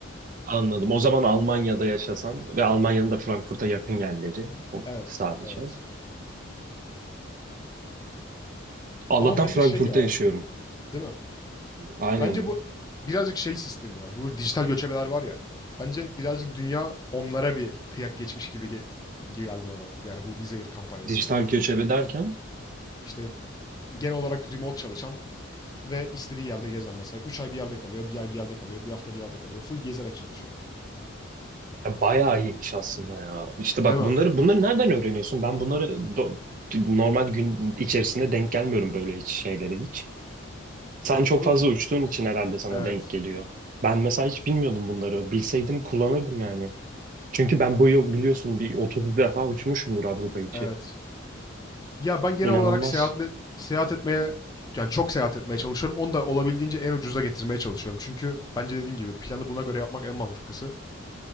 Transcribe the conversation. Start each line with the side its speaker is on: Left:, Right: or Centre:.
Right: Anladım. O zaman Almanya'da yaşasan ve Almanya'nın da Frankfurt'a yakın yerleri o
Left: Evet,
Right: sadece.
Left: evet.
Right: Allah'tan
Left: Ama bence
Right: Frankfurt'ta
Left: şey ya,
Right: yaşıyorum.
Left: değil mi?
Right: Aynen.
Left: Bence bu birazcık şey sistemi ya. Bu dijital göçebeler var ya. Bence birazcık dünya onlara bir kıyak geçmiş gibi ge- gibi geldi bana. Yani bu Wizz Air kampanyasında.
Right: Dijital göçebe derken
Left: İşte genel olarak remote çalışan ve istediği yerde gezen mesela. üç ay bir yerde kalıyor, bir ay bir yerde kalıyor, bir hafta bir yerde kalıyor. Full gezerek çalışıyor.
Right: ya bayağı iyiymiş aslında ya. İşte
Left: Değil
Right: bak
Left: mi?
Right: bunları bunları nereden öğreniyorsun? Ben bunları do- normal gün içerisinde denk gelmiyorum böyle hiç şeylere hiç. Sen çok
Left: Abi
Right: fazla uçtuğun için herhalde sana
Left: Evet,
Right: denk geliyor. Ben mesela hiç bilmiyordum bunları. Bilseydim kullanırdım yani. Çünkü ben bu yıl biliyorsun bir 30 defa uçmuşumdur Avrupa içi.
Left: evet. Ya ben genel
Right: İnanılmaz.
Left: olarak seyahatle seyahat etmeye yani çok seyahat etmeye çalışıyorum. Onu da olabildiğince en ucuza getirmeye çalışıyorum. Çünkü bence dediğim gibi planı buna göre yapmak en mantıklısı.